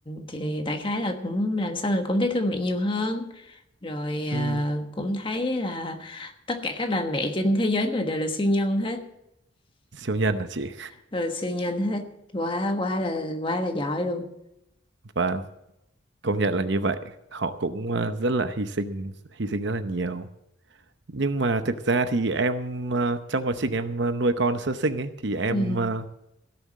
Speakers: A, on the left; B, on the right.
A: thì đại khái là cũng làm sao mình cũng thấy thương mẹ nhiều hơn rồi à,
B: Ừm,
A: cũng thấy là tất cả các bà mẹ trên thế giới này đều là siêu nhân hết
B: siêu nhân hả chị
A: Ờ, siêu nhân hết quá quá là quá là giỏi luôn
B: và công nhận là như vậy họ cũng ờ, rất là hy sinh hy sinh rất là nhiều nhưng mà thực ra thì em ờ, trong quá trình em ờ, nuôi con sơ sinh ấy thì em
A: ừ.
B: ờ,